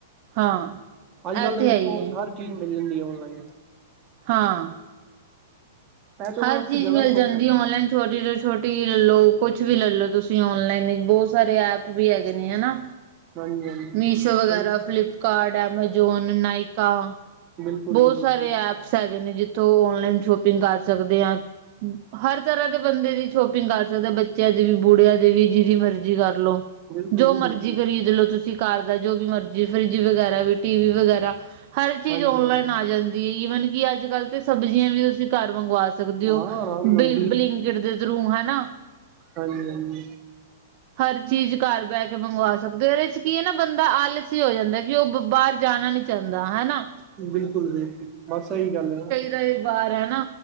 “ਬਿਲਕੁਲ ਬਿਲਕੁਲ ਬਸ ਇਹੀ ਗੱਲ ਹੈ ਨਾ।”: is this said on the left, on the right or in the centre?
Right